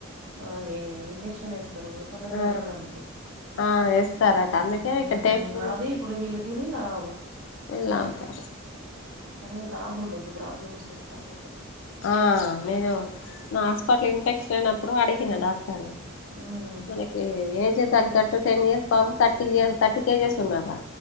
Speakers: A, on the right; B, on the left.
A: అది ఇంజెక్షన్ ఏస్తరు. తొందరగా
B: ఆ
A: బెరగడానికి
B: ఆ వేస్తారట
A: ఉహుహ్
B: అందుకే ఇక టేస్ట్
A: అది ఇప్పుడు వీళ్ళ తినిలావు
B: వెళ్ళ అంతే
A: కానీ లావు ఉండోదు ప్రాబ్లమ్స్ వస్తా ఉంటాయి
B: ఆ నేను నా హాస్పిటలో ఇన్ఫెక్షన్ అయినప్పుడు అడిగిన డాక్టర్ని
A: హ్మ్
B: మనకి ఏజ్ తగ్గట్టు టెన్ ఇయర్స్ బాబు థర్టీ ఇయర్స్ థర్టీ కేజెస్ ఉన్నారా